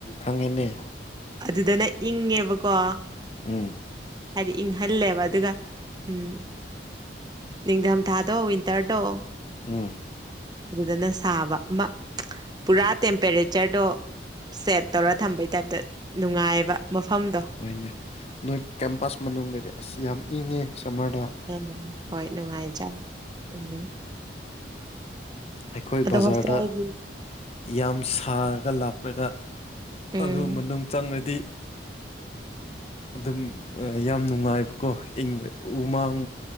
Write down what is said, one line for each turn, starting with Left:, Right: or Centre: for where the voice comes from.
Left: ꯈꯪꯉꯦꯅꯦ
Right: ꯑꯗꯨꯗꯅ ꯏꯪꯉꯦꯕꯀꯣ
Left: ꯎꯝ
Right: ꯍꯥꯏꯗꯤ ꯏꯪꯍꯥꯜꯂꯦꯕ ꯑꯗꯨꯒ ꯎꯝ ꯅꯤꯡꯊꯝꯊꯥꯗꯣ ꯋꯤꯟꯇꯔꯗꯣ
Left: ꯎꯝ
Right: ꯑꯗꯨꯗꯅ ꯁꯥꯕ ꯑꯃ ꯄꯨꯔꯥ ꯇꯦꯝꯄꯔꯦꯆꯔꯗꯣ ꯁꯦꯠ ꯇꯧꯔ ꯊꯝꯕꯩ ꯇꯥꯏꯞꯇ ꯅꯨꯡꯉꯥꯏꯕ ꯃꯐꯝꯗꯣ
Left: ꯑꯣꯏꯅꯦ ꯅꯣꯏ ꯀꯦꯝꯄꯁ ꯃꯅꯨꯡꯗꯗꯤ ꯑꯁ ꯌꯥꯝ ꯏꯪꯉꯦ ꯁꯥꯝꯃꯔꯗ
Right: ꯎꯝ ꯍꯣꯏ ꯅꯨꯡꯉꯥꯏꯆꯥꯠꯅꯦ ꯎꯝ
Left: ꯑꯩꯈꯣꯏ
Right: ꯑꯗꯣ
Left: ꯕꯖꯥꯔꯗ
Right: ꯍꯣꯁꯇꯦꯜꯒꯤ
Left: ꯌꯥꯝ ꯁꯥꯔꯒ ꯂꯥꯛꯄꯅꯤꯅ
Right: ꯎꯝ
Left: ꯑꯗꯨ ꯃꯅꯨꯡ ꯆꯪꯔꯥꯗꯤ ꯑꯗꯨꯝ ꯑꯥ ꯌꯥꯝ ꯅꯨꯡꯉꯥꯏꯕꯀꯣ ꯏꯪ ꯎꯃꯥꯡ